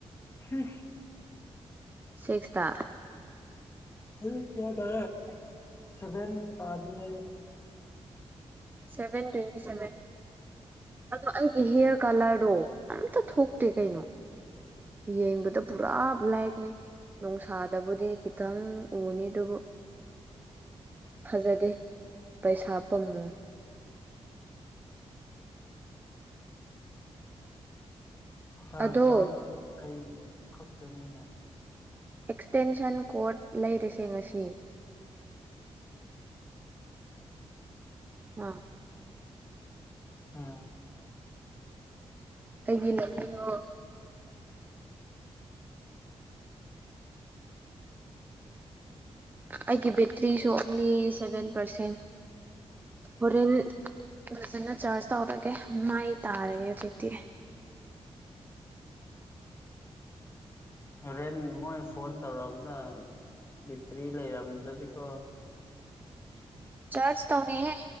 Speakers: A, on the left; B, on the right.
A: ꯍ
B: ꯁꯤꯁꯇ
A: ꯑꯩ ꯀꯌꯥ ꯇꯥꯔꯦ ꯁꯤꯕꯦꯟ ꯇꯗꯔꯤ
B: ꯁꯚꯦꯟ ꯇ꯭ꯋꯦꯟꯇꯤ ꯁꯚꯦꯟ ꯑꯗꯣ ꯑꯩꯒꯤ ꯍꯤꯌꯔ ꯀꯂꯔꯗꯣ ꯑꯝꯇ ꯊꯣꯛꯇꯦ ꯀꯩꯅꯣ ꯌꯦꯡꯕꯗ ꯄꯨꯔꯥ ꯂꯥꯏꯛꯅꯦ ꯅꯨꯡꯁꯥꯗꯕꯨꯗꯤ ꯈꯤꯇꯪ ꯎꯅꯤ ꯑꯗꯨꯕꯨ ꯐꯖꯗꯦ ꯄꯩꯁꯥ ꯄꯥꯝꯃꯨꯏ
A: ꯐ
B: ꯑꯗꯣ
A: ꯆꯥꯝꯃ ꯑꯩ ꯈꯛꯇꯅꯦꯅ ꯑꯗꯨ
B: ꯑꯦꯛꯁꯇꯦꯟꯁꯟ ꯀꯣꯔꯠ ꯂꯩꯔꯤꯁꯦ ꯉꯁꯤ <unintelligible> ꯑꯥ
A: ꯑꯝ
B: ꯑꯩꯒꯤ ꯂꯝꯕꯤꯌꯣ ꯑꯩꯒꯤ ꯕꯦꯇ꯭ꯔꯤꯁꯨ ꯑꯣꯡꯂꯤ ꯁꯚꯦꯟ ꯄꯥꯔꯁꯦꯟ ꯍꯣꯔꯦꯟ ꯐꯖꯅ ꯆꯥꯔꯆ ꯇꯧꯔꯒꯦ ꯃꯥꯏ ꯇꯥꯔꯒꯦ ꯑꯗꯨꯗꯤ
A: ꯍꯣꯔꯦꯟ ꯃꯣꯏ ꯐꯣꯟ ꯇꯧꯔꯛꯑꯕꯗ ꯇ꯭ꯔꯤ ꯂꯩꯔꯝꯗꯖꯤꯀꯣ
B: ꯆꯥꯖꯁ ꯇꯧꯅꯤꯍꯦ